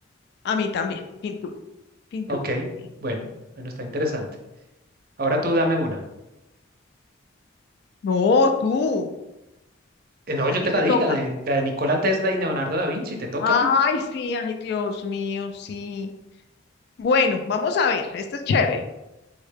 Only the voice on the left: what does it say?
a mí también, sin duda. Pintura.
sí.
No, tú,
a
ti
te
toca.
Ay,
sí, ay, Dios mío, sí. Bueno, vamos a ver, esto es chévere.